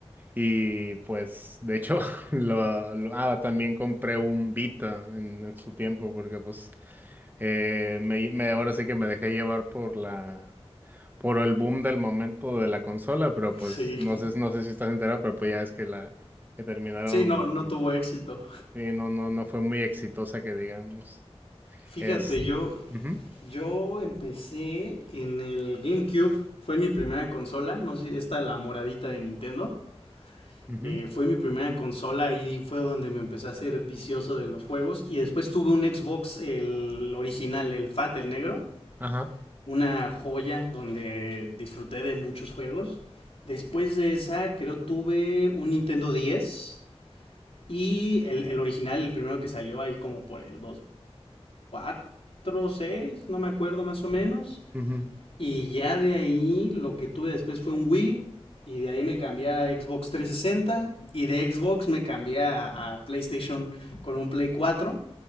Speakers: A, on the right (about 20°); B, on the left (about 65°).
A: Y pues, de hecho, <laughs> lo, lo- ah, también compré un Vita en, en su tiempo, porque pues, eh, me, me- ahora sí que me dejé llevar por la, por el boom del momento de la consola, pero
B: Sí.
A: pues, no sé, no sé si estás enterado, pero pues ya es que la, que terminaron.
B: Sí, no, no tuvo éxito.
A: Sí, no, no, no fue muy exitosa que digamos.
B: Fíjate,
A: Es.
B: yo
A: Ujú,
B: Yo empecé en el GameCube, fue mi primera consola, no sé, esta la moradita de Nintendo.
A: ujú,
B: Eh, fue mi primera consola y fue donde me empecé a ser vicioso de los juegos. Y después tuve un Xbox, el original, el Fat, el negro.
A: Ajá.
B: Una joya donde disfruté de muchos juegos. Después de esa, creo tuve un Nintendo diez Y el, el original, el primero que salió ahí como por el 2004, seis, no me acuerdo más o menos.
A: ujú.
B: Y ya de ahí lo que tuve después fue un Wii. Y de ahí me cambié a Xbox trescientos sesenta Y de Xbox me cambié a, a PlayStation con un Play cuatro